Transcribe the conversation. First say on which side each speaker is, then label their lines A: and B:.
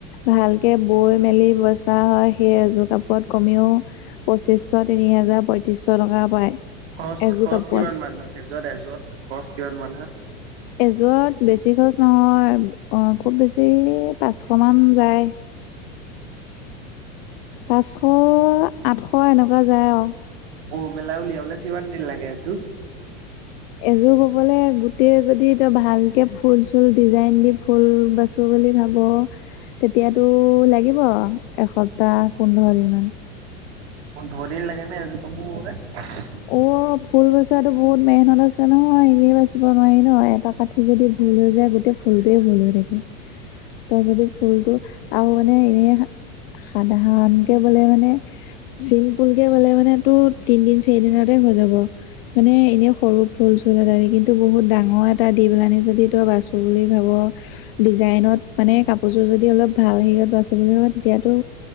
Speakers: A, on the left (about 60°); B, on the right (about 75°).
A: ভালকে বৈ মেলি বেচা হয় সেই এযোৰ কাপোৰত কমেও পঁচিশ, তিনি হাজাৰ, পঁয়ত্ৰিশ টকা পায়
B: খৰচ
A: এযোৰ
B: খৰচ
A: কাপোৰত
B: কিমান মান হয় সেই যোৰত এযোৰত খৰচ কিমান মান হয়
A: এযোৰত বেছি খৰছ নহয় খুব বেছি পাঁচশমান যায় পাঁচশ আঠশ এনেকুৱা যায় আও
B: বৌ মেলা উলিয়াবলে কিমান দিন লাগে এযোৰ।
A: এযোৰ বোবলে গোটেই যদি তই ভালকে ফুল চুল ডিজাইন দি ফুল বাচো বুলি ভাব। অ তেতিয়াতো লাগিব এসপ্তাহ পোন্ধৰ দিন মান।
B: পোন্ধৰ দিন লাগে নে এযোৰ কাপোৰ বৌতে।
A: অ ফুল বচাতো বহুত মেহনত আছে নহয় এনেই বাচিব নোৱাৰি ন এটা কাট যদি ভুল হৈ যায় গোটেই ফুলটোৱেই ভুল হৈ থাকে তই যদি ফুলতটো আৰু মানে এনেই সাধাৰণ কে বোলে মানে চিম পুল কে বোলে মানে তটো তিনদিন সেইদিনতে হৈ যাব। মানে এনেই সৰু ফুল চুল এটা দি কিন্তু বহুত ডাঙৰ এটা দি পেলানি যদি তই বাচো বুলি ভাব ডিজাইনত মানে কাপোৰযোৰ যদি অলপ ভাল হেৰিয়ত বাছো বুলি কয় তেতিয়াতো